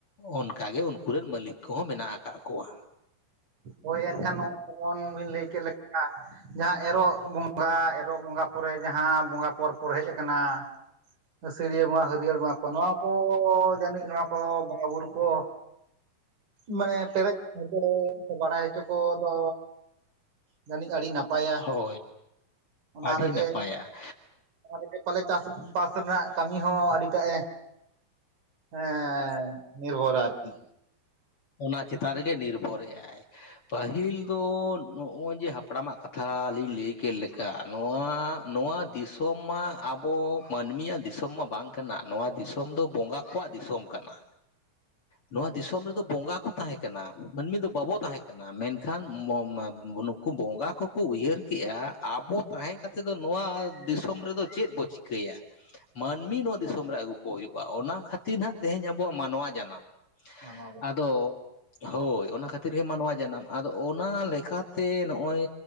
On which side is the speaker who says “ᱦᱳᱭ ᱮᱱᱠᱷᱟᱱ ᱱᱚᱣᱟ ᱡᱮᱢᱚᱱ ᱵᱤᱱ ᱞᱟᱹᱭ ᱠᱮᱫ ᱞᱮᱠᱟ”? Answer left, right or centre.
Right